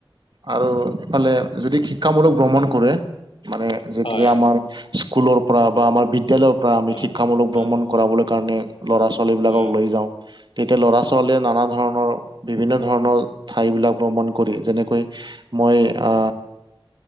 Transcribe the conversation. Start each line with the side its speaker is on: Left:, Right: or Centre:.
Right: আৰু এইফালে যদি শিক্ষামূলক ভ্ৰমণ কৰে, মানে যেতিয়া
Left: হয়,
Right: আমাৰ স্কুলৰ পৰা বা আমাৰ বিদ্যালয়ৰ পৰা আমি
Left: হয়,
Right: শিক্ষামূলক
Left: হয়,
Right: ভ্ৰমণ কৰাবলৈ কাৰণে ল'ৰা ছোৱালীবিলাকক
Left: হয়,
Right: লৈ যাওঁ। তেতিয়া ল'ৰা ছোৱালীয়ে নানা ধৰণৰ, বিভিন্ন ধৰণৰ ঠাই বিলাক ভ্ৰমণ কৰি যেনে- কৈ মই আ